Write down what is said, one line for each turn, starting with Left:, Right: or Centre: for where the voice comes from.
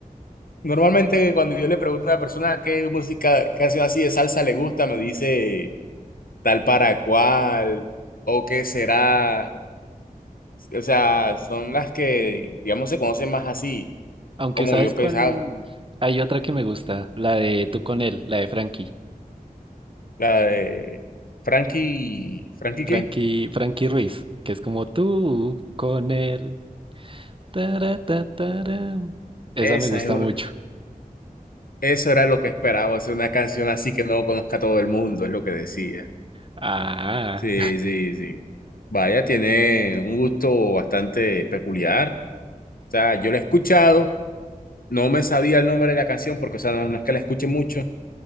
Left: normalmente cuando yo le pregunto a una persona qué música, canción así de salsa le gusta, me dice... tal para cual, o qué será. O sea, son las que, digamos, se conocen más así,
Right: Aunque
Left: como
Right: sabes
Left: yo pensaba,
Right: cuál, hay otra que me gusta, la de tú con él, la de Frankie,
Left: la de Frankie, ¿Frankie
Right: Frankie,
Left: qué?
Right: Frankie Ruiz, que es como tú con él. Tara, ta, tara. Esa
Left: Esa
Right: me gusta
Left: es una-
Right: mucho.
Left: eso era lo que esperaba, hacer una canción así que no conozca a todo el mundo, es lo que decía.
Right: Ah,
Left: Sí, sí, sí. Vaya, tiene un gusto bastante peculiar. O sea, yo la he escuchado, no me sabía el nombre de la canción porque, o sea, no, no es que la escuche mucho,